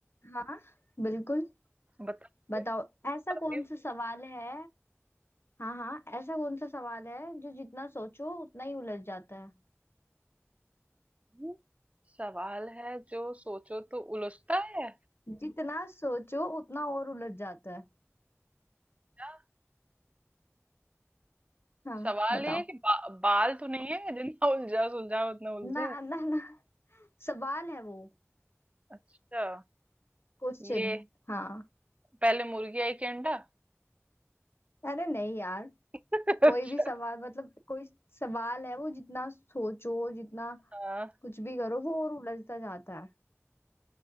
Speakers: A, on the left; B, on the right.
A: हाँ, बिल्कुल
B: बताओ
A: बताओ
B: फिर
A: ऐसा
B: बताती
A: कौन सा सवाल है हाँ हाँ ऐसा कौन सा सवाल है जो जितना सोचो उतना ही उलझ जाता है
B: हूँ सवाल है जो सोचो तो उलझता है
A: जितना सोचो उतना और उलझ जाता है
B: क्या
A: हाँ
B: सवाल
A: बताओ
B: ये है कि बा, बाल तो नहीं है जितना उलझा सुलझा उतना उलझे
A: ना ना ना सवाल है वो
B: अच्छा
A: क्वेश्चन
B: ये
A: हाँ
B: पहले मुर्गी आई कि अंडा
A: अरे नहीं यार
B: <laughs>
A: कोई
B: अच्छा
A: भी सवाल मतलब कोई सवाल है वो जितना सोचो जितना
B: हाँ
A: कुछ भी करो वो और उलझता जाता है